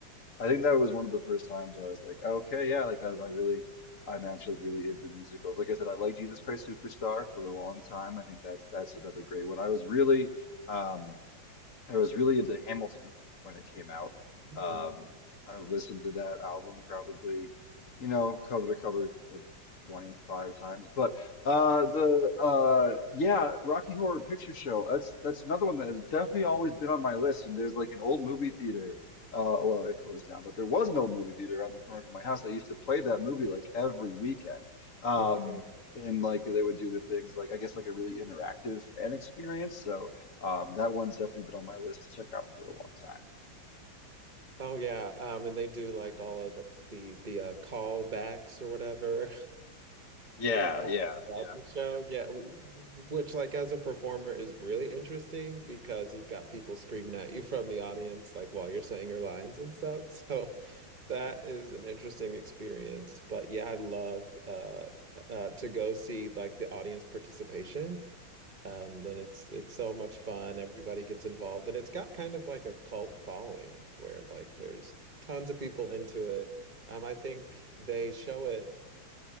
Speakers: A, on the left (about 45°); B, on the right (about 30°).
A: I think that was one of the first times where I was like, okay, yeah, like I, I really I'm actually like, really into musicals. Like I said, I liked Jesus Christ Superstar for a long time. I think that's that's another great one. I was really um, I was really into Hamilton when it came out.
B: Mhm.
A: Um, I listened to that album probably, you know, cover to cover uh, 25 times. But uh, the uh, yeah, Rocky Horror Picture Show. That's that's another one that has definitely always been on my list. And there's like an old movie theater. Uh, well, it closed down, but there was an old movie theater around the corner from my house. They used to play that movie like every weekend. Um,
B: <laughs>
A: and like they would do the things like I guess like a really interactive fan experience. So. Um, that one's definitely been on my list to check out for a long time.
B: Oh yeah, um, and they do like all of the the the uh, callbacks or whatever.
A: Yeah,
B: uh,
A: yeah,
B: throughout
A: yeah.
B: the show. Yeah, w- w- which like as a performer is really interesting because you've got people screaming at you <laughs> from the audience like while you're saying your lines and stuff. <laughs> So that is an interesting experience. But yeah, I love uh, uh, to go see like the audience participation. Um, then it's it's so much fun. Everybody gets involved, and it's got kind of like a cult following where like there's tons of people into it. Um, I think they show it